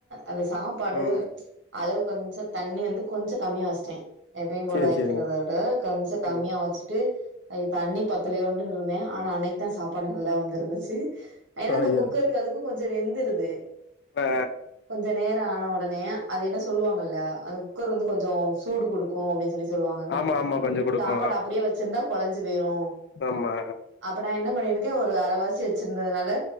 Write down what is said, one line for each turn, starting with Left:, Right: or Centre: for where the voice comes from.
Right: அந்த சாப்பாடு
Left: ம்
Right: அளவு கொஞ்ச தண்ணி வந்து கொஞ்ச கம்மியா வச்சுட்டே எப்பயு போல
Left: சேரி
Right: வக்கிறத
Left: சேரிங்க
Right: விட கொஞ்ச கம்மியா
Left: ம்
Right: வச்சுட்டு அ தண்ணி பத்துலோண்டு இருந்தே ஆனா அன்னைக்கி தா சாப்பாடு நல்லா வந்திருந்துச்சு ஏன்னா அந்த
Left: ஐயோ
Right: குக்கருக்கு அதுக்கும் கொஞ்ச வெந்துருது
Left: ஆ
Right: கொ ஞ்ச நேர ஆன ஒடனே அது என்ன சொல்லுவாங்கல்ல அந்த குக்கர் வந்து கொஞ்ச சூடு குடுக்கு அப்டின் சொலி சொல்லுவாங்கல்ல
Left: ஆமா ஆமா கொஞ்சோ குடுக்கு
Right: சாப்பாடு அப்டியே வச்சிருந்தா குழஞ்சி பேயிடு
Left: ஆமா
Right: அப்ப நா என்ன பண்ணிருக்கே ஒரு அரைவாசி வச்சிருந்ததுனால